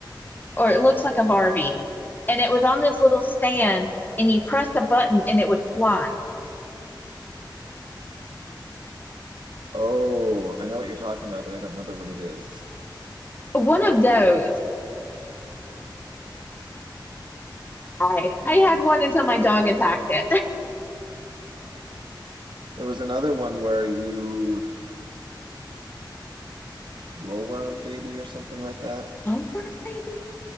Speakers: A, on the left; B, on the right.
A: or it looks like a Barbie and it was on this little stand and you pressed a button and it would fly.
B: Oh, I know what you're talking about, but I don't remember what it is.
A: One of those. I
B: Hmm.
A: I had one until my dog attacked it. <laughs>
B: There was another one where you glowworm baby or something like that
A: Over maybe?